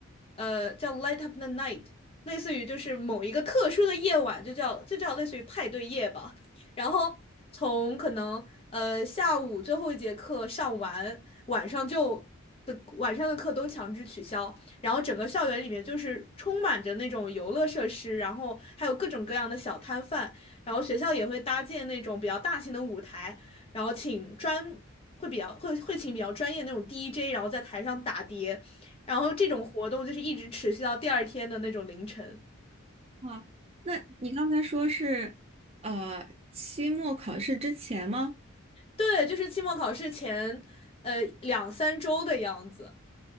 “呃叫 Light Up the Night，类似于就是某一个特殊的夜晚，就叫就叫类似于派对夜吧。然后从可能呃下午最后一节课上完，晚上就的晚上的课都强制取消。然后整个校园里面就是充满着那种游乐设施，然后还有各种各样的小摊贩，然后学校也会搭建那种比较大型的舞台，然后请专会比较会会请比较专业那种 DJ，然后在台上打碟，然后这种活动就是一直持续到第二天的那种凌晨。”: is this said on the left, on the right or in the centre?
Left